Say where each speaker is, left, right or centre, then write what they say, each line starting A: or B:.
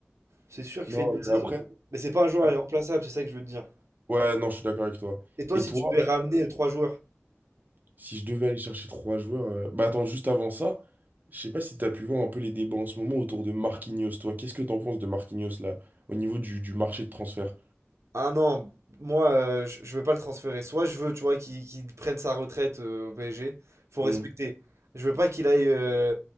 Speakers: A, on the right; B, on the right.
A: C'est sûr qu'il
B: Non,
A: fait une bonne saison.
B: mais après,
A: Mais c'est pas un joueur
B: après-
A: irremplaçable, c'est ça que je veux te dire.
B: ouais, non, je suis d'accord avec toi.
A: Et toi,
B: Et
A: si
B: toi,
A: tu devais ramener trois joueurs?
B: si je devais aller chercher trois joueurs, euh, bah attends, juste avant ça, je sais pas si t'as pu voir un peu les débats en ce moment autour de Marquinhos. Toi, qu'est-ce que t'en penses de Marquinhos là, au niveau du, du marché de transfert?
A: Ah non, moi, euh, je je veux pas le transférer. Soit je veux, tu vois, qu'il qu'il prenne sa retraite euh, au PSG. Faut
B: Hmm.
A: respecter. Je veux pas qu'il aille. euh,